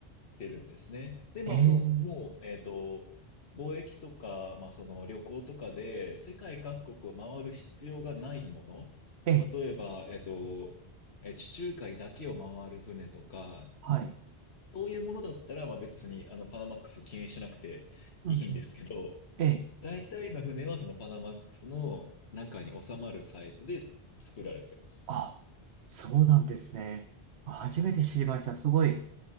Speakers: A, on the left (about 75°); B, on the right (about 80°).
A: てるんですね。で、まあ、
B: えー
A: その、もう、えっと、貿易とか、まあ、その旅行とかで世界各国を回る必要がないもの。
B: え
A: 例えば、えっと、え地中海だけを回る船とか、
B: はい。
A: そういうものだったら、まあ別に、あの、パナマックス気にしなくていいんですけど、
B: うんうん。え
A: 大体の船はそのパナマックスの中に収まるサイズで作られてます。
B: あ、そうなんですね。あ初めて知りました。
A: はい。
B: すごい、